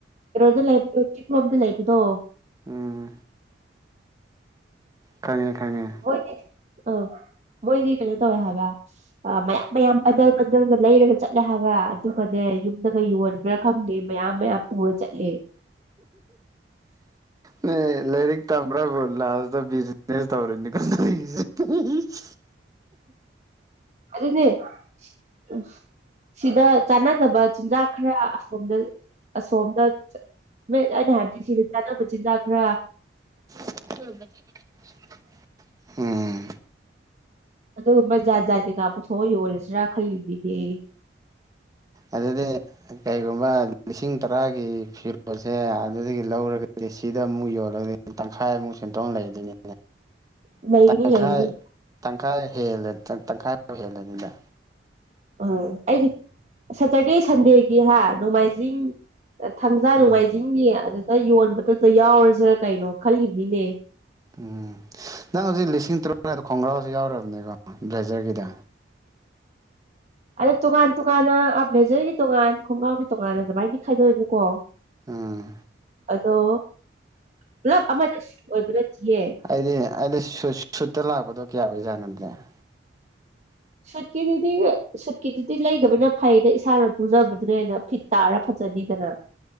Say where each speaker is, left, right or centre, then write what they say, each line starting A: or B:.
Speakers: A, on the right (about 40°); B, on the right (about 20°).
A: ꯀꯩꯅꯣꯗ ꯂꯩꯕꯗꯣ ꯆꯤꯂꯣꯝꯗ ꯂꯩꯕꯗꯣ
B: ꯎꯝ ꯈꯪꯉꯦ ꯈꯪꯉꯦ
A: ꯍꯣꯢꯅꯦ ꯑ ꯃꯣꯢꯗꯤ ꯀꯩꯅꯣ ꯇꯧꯋꯦ ꯍꯥꯢꯕ ꯑ ꯃꯌꯥꯝ ꯃꯌꯥꯝ ꯄꯟꯗꯜ ꯄꯟꯗꯜꯒ ꯂꯩꯔꯒ ꯆꯠꯂꯦ ꯍꯥꯢꯕ ꯑꯗꯨꯒꯅꯦ ꯌꯨꯝꯗꯒ ꯌꯣꯟꯕ꯭ꯔꯥ ꯈꯪꯗꯦ ꯃꯌꯥꯝ ꯃꯌꯥꯝ ꯄꯨꯔ ꯆꯠꯂꯦ
B: ꯅꯦ ꯂꯥꯢꯔꯤꯛ ꯇꯝꯕ꯭ꯔꯥꯕꯨ ꯂꯥꯁꯇ ꯕꯤꯖꯤꯅꯦꯁ ꯇꯧꯔꯅꯤ ꯀꯟꯁꯦ <unintelligible>
A: ꯑꯗꯨꯅꯦ ꯎꯝ ꯁꯤꯗ ꯆꯥꯟꯅꯗꯕ ꯆꯤꯟꯖꯥꯛ ꯈꯔ ꯑꯁꯣꯝꯗ ꯑꯁꯣꯝꯗ ꯑꯩꯅ ꯍꯥꯢꯕꯗꯤ ꯁꯤꯗ ꯆꯥꯅꯕ ꯆꯤꯟꯖꯥꯛ ꯈ꯭ꯔ
B: <unintelligible> ꯎꯝ
A: ꯑꯗꯨꯒꯨꯝꯕ ꯖꯥꯠ ꯖꯥꯠ ꯀꯩꯀꯥ ꯄꯨꯊꯣꯛꯑ ꯌꯣꯜꯂꯤꯁꯤꯔꯥ ꯈꯩꯜꯂꯤꯅꯤꯅꯦ
B: ꯑꯗꯨꯗꯤ ꯀꯩꯒꯨꯝꯕ ꯂꯤꯁꯤꯡ ꯇꯔꯥꯒꯤ ꯐꯤꯔꯣꯜꯁꯦ ꯑꯗꯨꯗꯒꯤ ꯂꯧꯔꯒꯗꯤ ꯁꯤꯗ ꯑꯃꯨꯛ ꯌꯣꯜꯂꯗꯤ ꯇꯪꯈꯥꯢꯃꯨꯛ ꯁꯦꯟꯇꯣꯡ ꯂꯩꯗꯨꯢꯅꯦ
A: <inaudible>
B: ꯇꯪꯈꯥꯏ
A: ꯂꯩꯒꯅꯤ
B: ꯇꯪꯈꯥꯏ ꯍꯦꯜꯂꯦ ꯇꯪꯈꯥꯏ ꯐꯥꯎ ꯍꯦꯜꯂꯅꯤꯗ
A: ꯎꯝ ꯑꯩꯗꯤ ꯁꯇꯔꯗꯦ ꯁꯟꯗꯦꯒꯤ ꯍꯥ ꯅꯣꯡꯃꯥꯏꯖꯤꯡ ꯊꯥꯡꯖꯥ
B: ꯎꯝ
A: ꯅꯣꯡꯉꯥꯏꯖꯤꯡꯒꯤ ꯑꯗꯨꯗ ꯌꯣꯟꯕꯗꯨꯗ ꯌꯥꯎꯔꯁꯤꯔꯥ ꯀꯩꯅꯣ ꯈꯜꯂꯤꯕꯅꯤꯅꯦ
B: ꯎꯝ ꯅꯪ ꯍꯧꯖꯤꯛ ꯂꯤꯁꯤꯡ ꯇꯔꯨꯛ ꯍꯥꯢꯗꯣ ꯈꯣꯡꯒ꯭ꯔꯥꯎꯁꯨ ꯌꯥꯎꯔꯕꯅꯤꯀꯣ ꯕ꯭ꯂꯦꯖꯔꯒꯤꯗꯣ
A: ꯑꯗꯣ ꯇꯣꯉꯥꯟ ꯇꯣꯉꯥꯟꯅ ꯕ꯭ꯂꯦꯖꯔꯒꯤ ꯇꯣꯉꯥꯟ ꯈꯣꯡꯒ꯭ꯔꯥꯎꯒꯤ ꯇꯣꯉꯥꯟꯅ ꯑꯗꯨꯃꯥꯏꯅꯗꯤ ꯈꯥꯏꯗꯣꯛꯑꯦꯕꯀꯣ
B: ꯑꯥ
A: ꯑꯗꯣ ꯄꯨꯂꯞ ꯑꯃꯔꯖꯦꯟꯁꯤ ꯑꯣꯏꯕ ꯅꯠꯇꯤꯌꯦ
B: ꯑꯩꯗꯤ ꯑꯩꯗꯤ ꯁꯨꯠꯇ ꯂꯥꯛꯄꯗꯣ ꯀꯌꯥ ꯑꯣꯏꯖꯥꯠꯅꯣꯗꯦ ꯑꯗꯨꯗꯤ
A: ꯁꯨꯠꯀꯤꯗꯨꯗꯤ ꯁꯨꯠꯀꯤꯗꯨꯗꯤ ꯂꯩꯗꯕꯅ ꯐꯩꯅ ꯏꯁꯥꯅ ꯇꯨꯖꯕꯗꯨꯅ ꯍꯦꯟꯅ ꯐꯤꯠ ꯇꯥꯔ ꯐꯖꯅꯤꯗꯅ